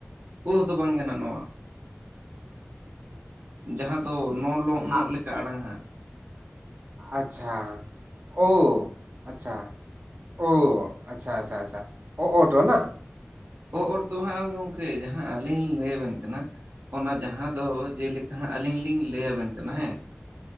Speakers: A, on the right; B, on the right.
A: ᱳᱦ ᱫᱚ ᱵᱟᱝ ᱠᱟᱱᱟ ᱱᱚᱣᱟ ᱡᱟᱦᱟᱸ ᱛᱚ ᱱᱚᱞᱚ
B: ᱟᱜ
A: ᱱᱟᱹᱜ ᱞᱮᱠᱟ ᱟᱲᱟᱝ ᱦᱟᱸᱜ
B: ᱟᱪᱪᱷᱟ ᱳ ᱟᱪᱪᱷᱟ᱾ ᱚ ᱟᱪᱪᱷᱟ ᱟᱪᱪᱷᱟ ᱟᱪᱪᱷᱟ ᱚ ᱚᱴ ᱚᱱᱟ?
A: ᱚ ᱚᱴ ᱫᱚ ᱵᱟᱝ ᱜᱚᱝᱠᱮ ᱡᱟᱦᱟᱸ ᱟᱹᱞᱤᱧ ᱞᱤᱧ ᱞᱟᱹᱭ ᱟᱵᱮᱱ ᱠᱟᱱᱟ᱾ ᱚᱱᱟ ᱡᱟᱦᱟᱸ ᱫᱚ ᱡᱮᱞᱮᱠᱟ ᱦᱟᱸᱜ ᱟᱹᱞᱤᱧ ᱞᱤᱧ ᱞᱟᱹᱭ ᱟᱵᱮᱱ ᱠᱟᱱᱟ ᱦᱮᱸ᱾